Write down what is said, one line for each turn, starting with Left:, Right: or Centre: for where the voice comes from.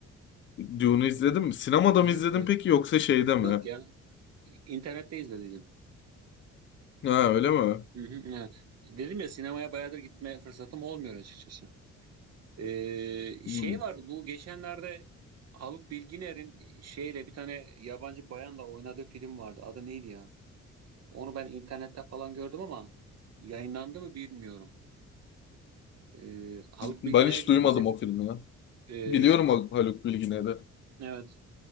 Left: Dune'u izledin mi? Sinemada
Right: Hı hı,
Left: mı izledin
Right: evet.
Left: peki yoksa şeyde mi?
Right: Yok ya. İnternette izledim.
Left: Ha öyle mi?
Right: Hı hı, evet. Dedim ya sinemaya bayağıdır gitme fırsatım olmuyor açıkçası. Ee,
Left: Hmm.
Right: şey var bu geçenlerde Haluk Bilginer'in şeyle bir tane yabancı bayanla oynadığı film vardı. Adı neydi ya? Onu ben internette falan gördüm ama yayınlandı mı bilmiyorum. Ee, Haluk
Left: Ben
Right: Bilginer
Left: hiç
Right: bilir
Left: duymadım
Right: misin?
Left: o filmi ya.
Right: Ee,
Left: Biliyorum o Haluk Bilginer'i.
Right: evet.